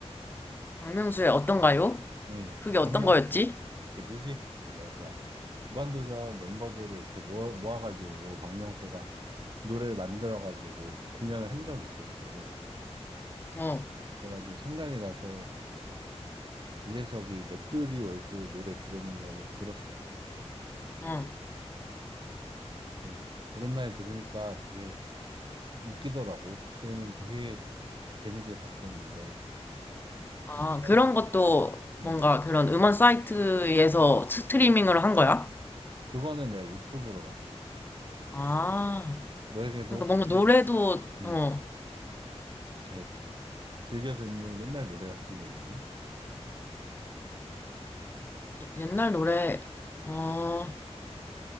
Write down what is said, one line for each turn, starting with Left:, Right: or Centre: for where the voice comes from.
Left: 박명수의 어떤가요?
Right: 응.
Left: 그게
Right: 박명
Left: 어떤 거였지?
Right: 이제 뮤직 뭐야 뭐야 무한도전 멤버들을 이렇게 모아 모아가지고 박명수가 노래를 만들어가지고 이렇게 공연을 한 적이 있었어.
Left: 어,
Right: 그래가지고 생각이 나서 그 막 유재석이 메뚜기 월드 노래 부르는 거를 들었어.
Left: 어.
Right: 이렇게 오랜만에 들으니까 되게 웃기더라고. 그때는 되게 재밌게 봤었는데,
Left: 아,
Right: 또 신기한,
Left: 그런 것도 뭔가
Right: 응.
Left: 그런 음원 사이트에서 스트리밍을 한 거야?
Right: 그거는 내가 유튜브로 봤어.
Left: 아,
Right: 너에게도
Left: 그러니까
Right: 혹시,
Left: 뭔가 노래도,
Right: 응,
Left: 어,
Right: 이렇게 즐겨 듣는 옛날 노래 같은 게 있니?
Left: 예- 옛날 노래, 어,